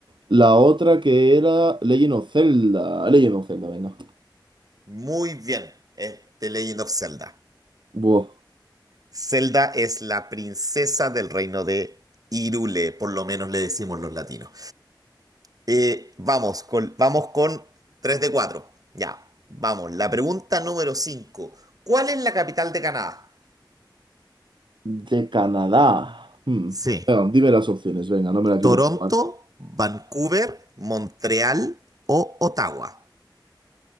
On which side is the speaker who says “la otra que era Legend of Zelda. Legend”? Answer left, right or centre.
Right